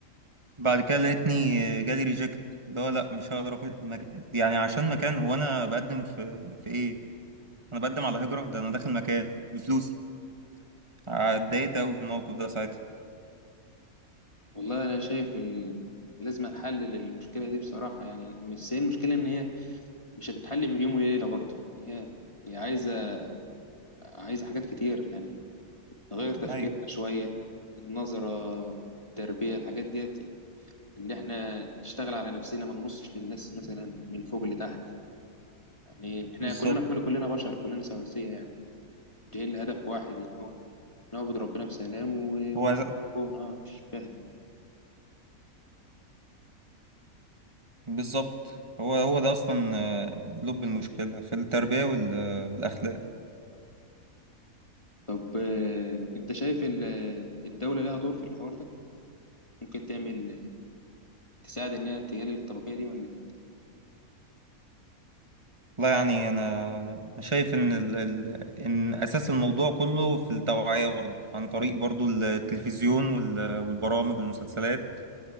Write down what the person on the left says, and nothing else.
والله أنا شايف ال... لازم نحلل المشكلة دي بصراحة يعني بس هي المشكلة إن هي مش هتتحل من يوم وليلة برضه يعني هي هي عايزة عايزة حاجات كتير يعني نغير تفكيرنا
شوية النظرة التربية الحاجات ديت اللي احنا نشتغل على نفسنا ما نبصش للناس مثلا من فوق لتحت يعني احنا
كلنا كل- كلنا بشر كلنا سواسية يعني جايين لهدف واحد نعبد ربنا بسلام و- ونعمر
الكون اه مش فاهم
طب آه، انت شايف ال- آه، الدولة لها دور في الحوار ده ممكن تعمل تساعد ان هي تقلل الطبقية دي ولا انت-